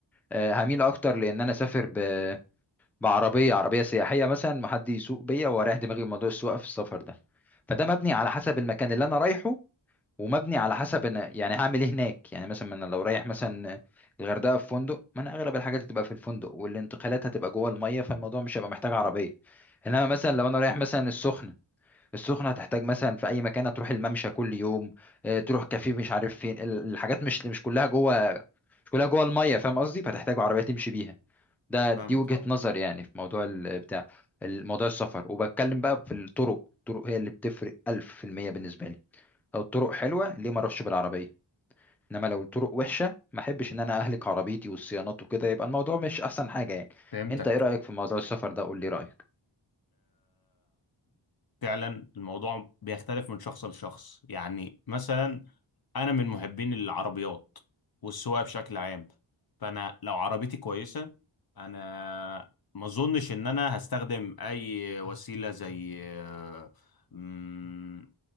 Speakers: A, in the centre; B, on the left.
A: آه هميل اكتر لان انا اسافر ب بعربيه عربيه سياحيه مثلا ما حد يسوق بيا واريح دماغي من موضوع السواقه في السفر ده فده مبني على حسب المكان اللي انا رايحه ومبني على حسب انا يعني هعمل ايه هناك يعني مثلا انا لو رايح مثلا الغردقه في فندق ما انا اغلب الحاجات هتبقى في الفندق والانتقالات هتبقى جوه الميه فالموضوع مش هيبقى محتاج عربيه انما مثلا لو انا رايح مثلا السخنه السخنه هتحتاج مثلا في اي مكان هتروح الممشى كل يوم آه، تروح كافيه مش عارف فين ال- الحاجات مش مش كلها جوه مش كلها جوه الميه فاهم قصدي فتحتاج عربيه تمشي بيها ده دي
B: فاهمك
A: وجهه
B: طبعا
A: نظر يعني في موضوع ال- بتاع الموضوع السفر وبتكلم بقى في الطرق الطرق هي اللي بتفرق 1000% بالنسبه لي لو الطرق حلوه ليه ما اروحش بالعربيه انما لو الطرق وحشه ما احبش ان انا اهلك عربيتي والصيانات وكده يبقى الموضوع مش احسن حاجه يعني
B: فهمتك
A: انت ايه رايك في موضوع السفر ده قول لي رايك
B: فعلا الموضوع بيختلف من شخص لشخص يعني مثلا انا من محبين العربيات والسواقه بشكل عام فانا لو عربيتي كويسه انا ما اظنش ان انا هستخدم اي وسيله زي آه، مم،